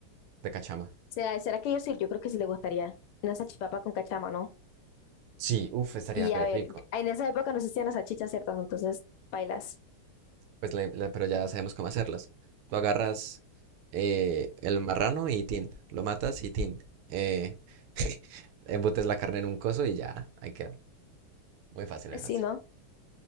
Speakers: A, on the right; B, on the left.
A: de cachama.
B: ¿Será, será que yo sí? Yo creo que sí le gustaría. Una salchipapa con cachama, ¿no?
A: Sí, uff, estaría
B: Y
A: re
B: a ver,
A: rico.
B: en esa época no existían las salchichas, ¿cierto? Entonces, bailas.
A: Pues la- la- pero ya sabemos cómo hacerlas. Tú agarras eh, el marrano y tin, lo matas y tin. eh, <laughs> embutes la carne en un coso y ya, ahí queda. Muy fácil,
B: Pues
A: muy fácil.
B: Sí, ¿no?